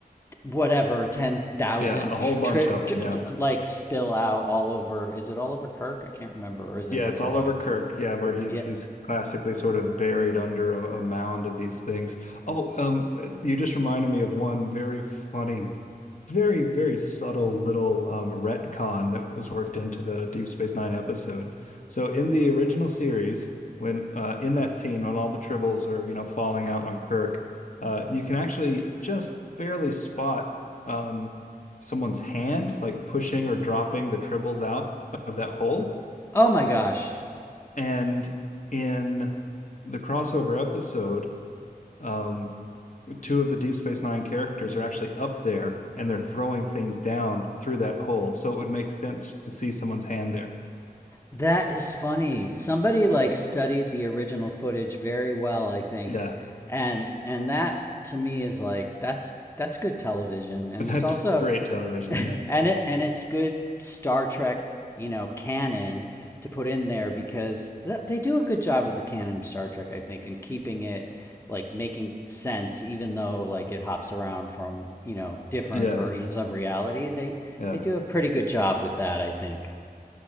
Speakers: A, on the left; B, on the left.
A: whatever 10,000
B: Yeah, a whole
A: tri-
B: bunch of them. Yeah.
A: like spill out all over is it all over Kirk? I can't remember or is it
B: Yeah,
A: McCoy?
B: it's all over Kirk. Yeah, where he's
A: Yeah.
B: he's classically sort of buried under a, a mound of these things. Oh, um, you just reminded me of one very funny very, very subtle little um, retcon that was worked into the Deep Space Nine episode. So in the original series, when uh, in that scene when all the tribbles are you know falling out on Kirk, uh, you can actually just barely spot um, someone's hand like pushing or dropping the tribbles out of that hole.
A: Oh my gosh.
B: And in the crossover episode, um, two of the Deep Space Nine characters are actually up there and they're throwing things down through that hole. So it would make sense to see someone's hand there.
A: That is funny. Somebody like studied the original footage very well, I think.
B: Yeah.
A: And and that to me is like that's that's good television
B: <laughs>
A: and
B: That's
A: it's also
B: great television.
A: <laughs>
B: Yeah.
A: and it and it's good Star Trek, you know, canon to put in there because th- they do a good job with the canon of Star Trek, I think, and keeping it like making sense even though like it hops around from, you know, different
B: Yeah.
A: versions of reality. They
B: Yeah.
A: they do a pretty good job with that, I think.